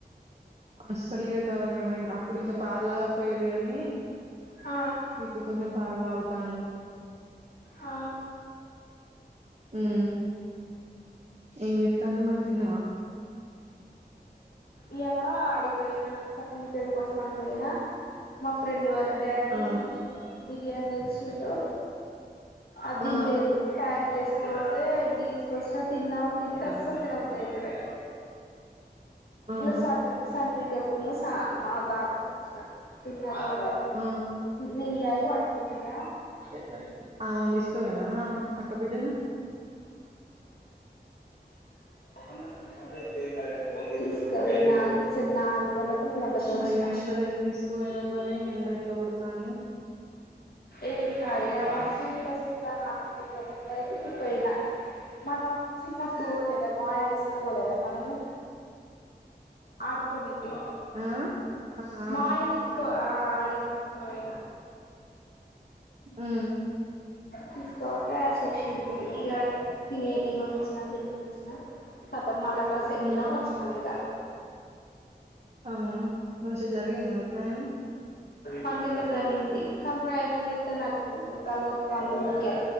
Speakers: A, on the right (about 40°); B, on the left (about 65°).
A: అస్సలుగా కవరు కనీ అప్పుడు ఇంకా పాలుతాగకపోయేది గానీ
B: ఆ
A: ఇప్పుడు కొంచెం పాలు తాగుతాండు.
B: ఆ
A: ఉమ్మ్ ఏం చేత్తన్నావ్ మరి తిన్నావా.
B: ఇయ్యాల ఆడికి పొయినా సర్టిఫికెట్ కోసం తాన్ బోయినా మా ఫ్రెండ్ వాళ్ళ డాడీ
A: ఆ
B: బిర్యానీ తెచ్చిండు అది
A: ఆ
B: తినలేదు ప్యాక్ చేసుకొతే ఇంటికి తీసుకొచ్చిన తిందామని తింటే అస్సలు తినబుద్ధి అయితలే
A: ఆ
B: ఇంకా సన్వి సన్వికకున్న స మా తాతకి ఇచ్చిన తిన్నారు వా
A: ఉ
B: నేను లైవ్ అనుకున్నాద
A: ఆమెను తీసుకోబోయినావ అక్క బిడ్డను
B: వంద వందవేలు <inaudible> పోయినా అనుంచి నాలుగు గంటలకు మూడు గంటలకు వచ్చిన
A: అయ్యో ఎండలు ఎందుకు తీసుకుపోయినావు మరి ఎండ ఎట్లా కొడతాంది
B: ఏం కాదు ఇక చూత సూత నా అకడ కూర్చొనివున్నారు పోయినా మనం అప్పుడు చిన్నప్పుడు పోలేద మాయి తీసుకపోలేదా మను ఆడుకోనీకి
A: ఆ ఆ
B: మాయ వీసు తో ఆ ఆడికి తీసుకోపోయినా
A: ఉమ్మ్
B: తీసుకోపోతే చూసింది ఇడ తిని ఎది వంచిన తినినిపించిన మల్ల బస్ ఎక్కినం
A: ఉమ్
B: వచ్చినం ఇగ
A: అవునా మంచిగా జరిగిందా మరి ప్రయాణం
B: మంచిగనే జరిగింది కం ప్రయాణం చేస్తే నాకు తల నొత్తంది ఊకె